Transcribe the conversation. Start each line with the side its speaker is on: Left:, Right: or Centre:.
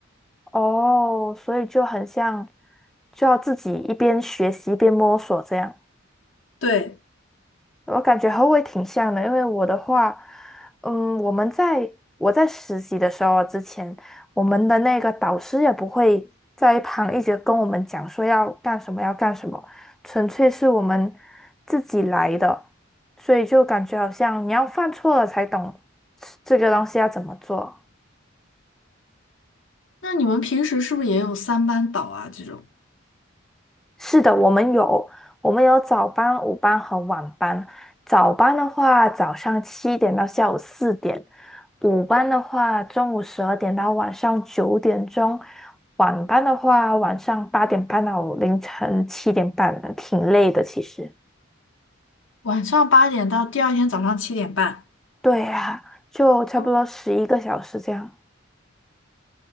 Centre: 哦，所以就很像，就要自己一边学习一边摸索这样。
Left: 对，
Centre: 我感觉和我也挺像的，因为我的话，嗯，我们在我在实习的时候之前，我们的那个导师也不会在一旁一直跟我们讲说要干什么要干什么，纯粹是我们自己来的，所以就感觉好像你要犯错了才懂这个东西要怎么做。
Left: 那你们平时是不是也有三班倒啊？这种
Centre: 是的，我们有，我们有早班、午班和晚班。早班的话，早上七点到下午四点；午班的话，中午十二点到晚上九点钟；晚班的话，晚上八点半到凌晨七点半的挺累的其实。
Left: 晚上八点到第二天早上七点半。
Centre: 对呀，就差不多十一个小时这样，
Left: 哦，